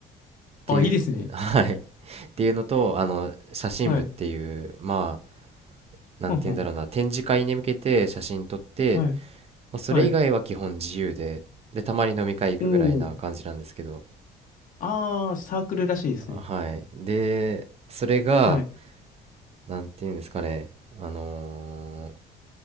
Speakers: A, on the right; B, on the left.
A: ていう、
B: あ、いいですね。
A: <laughs> はい、っていうのと、あの、写真部っていう、
B: はい。
A: まあ、なんて言うんだろうな、
B: ほんほん。
A: 展示会に向けて写真撮って、
B: はい。
A: まあ、それ以外は基本自由で、
B: はい。
A: で、たまに飲み会行くぐらいな感じなんですけど、
B: おー。あー、サークルらしいですね。
A: あはい。で、それが、
B: はい。
A: なんていうんですかね、あのー